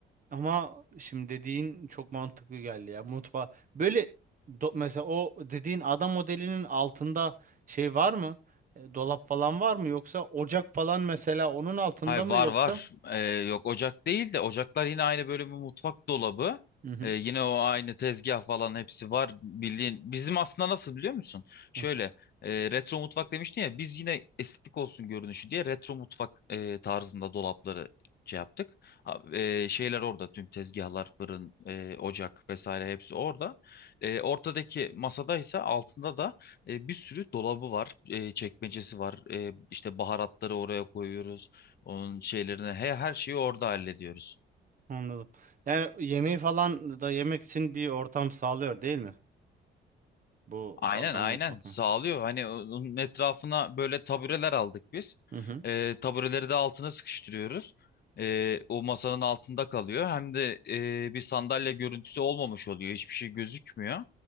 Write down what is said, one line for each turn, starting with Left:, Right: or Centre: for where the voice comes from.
Right: ama şimdi dediğin çok mantıklı geldi ya. Mutfa böyle do- mesela o dediğin ada modelinin altında şey var mı? E, dolap falan var mı yoksa ocak falan mesela onun altında
Left: Hayır
Right: mı
Left: var
Right: yoksa?
Left: var. Ee, yok ocak değil de ocaklar yine aynı bölümü mutfak dolabı.
Right: Hı hı.
Left: Ee, yine o aynı tezgah falan hepsi var. Bildiğin bizim aslında nasıl biliyor musun? Şöyle
Right: Hı,
Left: e, retro mutfak demiştin ya biz yine estetik olsun görünüşü diye retro mutfak e, tarzında dolapları şey yaptık. Ha, e, şeyler orada tüm tezgahlar, fırın, e, ocak vesaire hepsi orada. E, ortadaki masada ise altında da e, bir sürü dolabı var, e, çekmecesi var. E, işte baharatları oraya koyuyoruz. Onun şeylerine he, her şeyi orada hallediyoruz.
Right: anladım. Yani yemeği falan da yemek için bir ortam sağlıyor değil mi? Bu
Left: Aynen
Right: ada
Left: aynen
Right: mutfak.
Left: sağlıyor. Hani onun etrafına böyle tabureler aldık biz.
Right: Hı hı.
Left: Ee, tabureleri de altına sıkıştırıyoruz. Ee, o masanın altında kalıyor. Hem de e, bir sandalye görüntüsü olmamış oluyor. Hiçbir şey gözükmüyor.